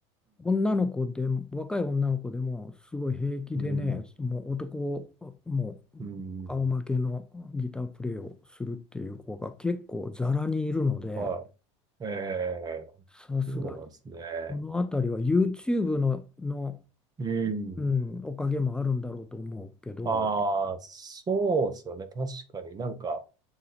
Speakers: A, in the centre; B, on the right.
A: 女の子でも、若い女の子でも、すごい平気でね、
B: うん、
A: もう男、もう顔負けのギタープレイをするっていう子が結構ざらにいるので、
B: うん、はい。ええ、
A: さすがに、
B: そうなんですね。
A: この辺りは YouTube の、の、
B: うん。
A: うん、おかげもあるんだろうと思うけど、
B: ああ、そうですよね。確かになんか、